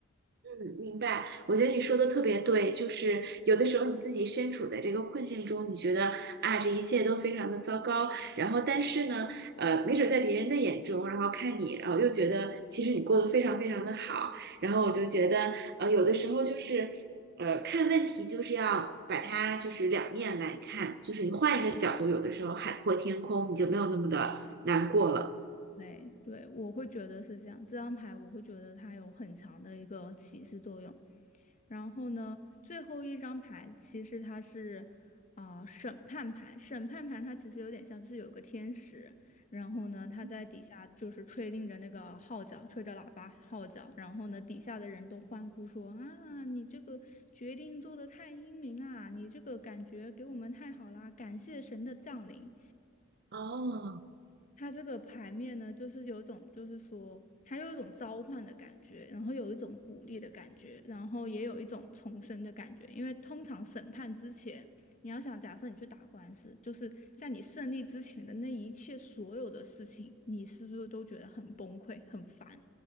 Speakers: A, on the right (about 50°); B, on the left (about 35°).
A: 嗯，明白。我觉得你说的特别对，就是有的时候你自己身处在这个困境中，你觉得啊，这一切都非常的糟糕。然后，但是呢，呃，没准在别人的眼中，然后看你，然后又觉得其实你过得非常非常的好。然后我就觉得，呃，有的时候就是，呃，看问题就是要把它就是两面来看，就是你换一个角度，有的时候海阔天空，你就没有那么的难过了。
B: 对对，我会觉得是这样。这张牌我会觉得它有很强的一个启示作用。然后呢，最后一张牌其实它是啊、呃审判牌，审判牌它其实有点像就是有个天使，然后呢他在底下就是吹令着那个号角，
A: 嗯
B: 吹着喇叭号角，然后呢底下的人都欢呼说啊，你这个决定做得太英明啊，你这个感觉给我们太好啦，感谢神的降临。
A: 哦，
B: 它这个牌面呢，就是有一种，就是说，它有一种召唤的感觉，然后有一种鼓励的感觉，然后也有一种重生的感觉。因为通常审判之前，你要想，假设你去打官司，就是在你胜利之前的那一切所有的事情，你是不是都觉得很崩溃、很烦？